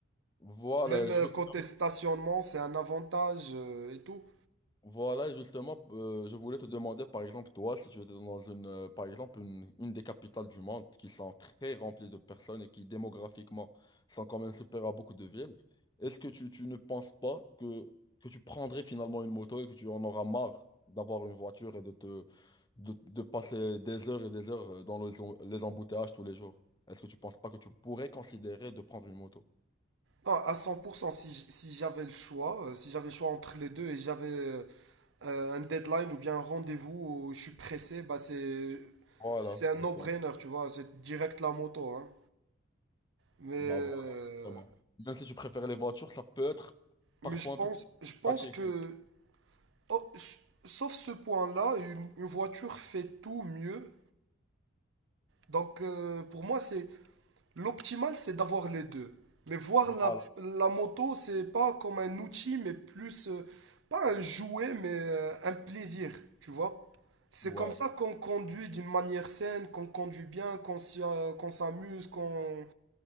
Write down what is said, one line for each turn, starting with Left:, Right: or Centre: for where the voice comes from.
Left: Voilà,
Right: Même euh,
Left: juste
Right: côté stationnement, c'est un avantage euh, et tout.
Left: Voilà, justement, euh, je voulais te demander, par exemple, toi, si tu étais dans une, euh, par exemple, une, une des capitales du monde qui sont très remplies de personnes et qui, démographiquement, sont quand même supérieures à beaucoup de villes, est-ce que tu, tu ne penses pas que, que tu prendrais finalement une moto et que tu en auras marre d'avoir une voiture et de te, de, de passer des heures et des heures euh, dans les, em- les embouteillages tous les jours? Est-ce que tu penses pas que tu pourrais considérer de prendre une moto?
Right: Non, à 100%, si, j- si j'avais le choix, euh, si j'avais le choix entre les deux et j'avais euh, un deadline ou bien un rendez-vous où je suis pressé, bah c'est,
Left: Voilà,
Right: c'est un
Left: justement.
Right: no-brainer, tu vois. C'est direct la moto, hein. Mais,
Left: Bah voilà,
Right: euh,
Left: vraiment. Même si tu préfères les voitures, ça peut être
Right: mais
Left: parfois
Right: je pense,
Left: un peu plus
Right: je pense
Left: pratique.
Right: que, oh, s- sauf ce point-là, une une voiture fait tout mieux Donc euh, pour moi, c'est l'optimal, c'est d'avoir les deux. Mais voir la,
Left: Voilà.
Right: la moto, c'est pas comme un outil, mais plus, euh, pas un jouet, mais euh, un plaisir, tu vois. C'est
Left: Ouais.
Right: comme ça qu'on conduit d'une manière saine, qu'on conduit bien, qu'on s'y- euh, qu'on s'amuse, qu'on